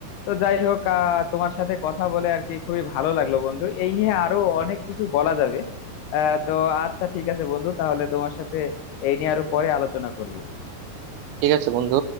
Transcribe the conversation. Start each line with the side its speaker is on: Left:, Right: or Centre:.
Left: তো যাই হোক আহ, তোমার সাথে কথা বলে আর কি খুবই ভালো লাগলো বন্ধু এই নিয়ে আরো অনেক কিছু বলা যাবে আহ তো আচ্ছা ঠিক আছে বন্ধু তাহলে তোমার সাথে এই নিয়ে আরো পরে আলোচনা করব
Right: ঠিক আছে বন্ধু